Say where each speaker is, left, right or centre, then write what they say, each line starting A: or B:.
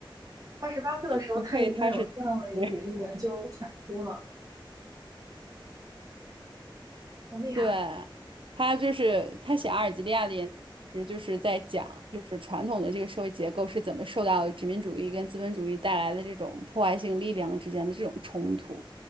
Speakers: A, on the right; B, on the right.
A: 二十八岁的时候他已经有这样的一个理论研究产出了，
B: 不愧他是。<laughs>
A: 好厉害。
B: 对，他就是他写阿尔及利亚的研究，其实就是在讲，就是传统的这个社会结构是怎么受到殖民主义跟资本主义带来的这种破坏性力量之间的这种冲突。